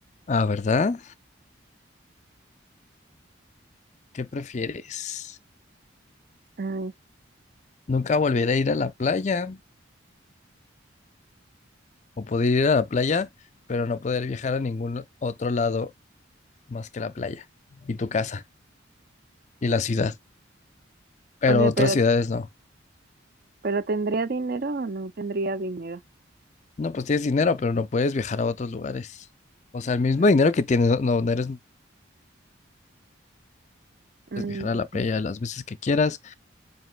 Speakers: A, on the left; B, on the right.
A: Ah, ¿verdad? ¿Qué prefieres?
B: Ay,
A: ¿Nunca volver a ir a la playa? ¿O poder ir a la playa, pero no poder viajar a ningún otro lado más que la playa y tu casa y la ciudad? Pero
B: o sea,
A: otras
B: pero
A: ciudades no.
B: Pero ¿tendría dinero o no tendría dinero?
A: No, pues tienes dinero, pero no puedes viajar a otros lugares. O sea, el mismo
B: Mm,
A: dinero que tienes, no, no no eres, no
B: mm,
A: puedes viajar a la playa las veces que quieras,